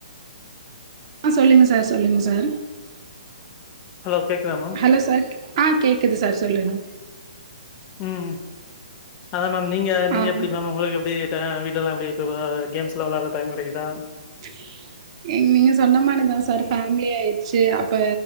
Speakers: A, on the right (about 45°); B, on the left (about 25°).
A: ஆ சொல்லுங்க சார் சொல்லுங்க சார்
B: ஹலோ கேக்குதா மேம்
A: இல்ல சார் ஆ கேக்குது சார் சொல்லுங்க
B: ம் அத்தா மேம் நீங்க நீங்க
A: ஆ
B: எப்படி மேம் உங்களுக்கு எப்டி அ வீட்ல எல்லா எப்டி இப்ப கேம்ஸ்லா விளாட டைம் கிடைக்குதா
A: <unintelligible> நீங்க சொன்ன மாறிதா சார் ஃபேமிலி ஆயிறிச்சு அப்ப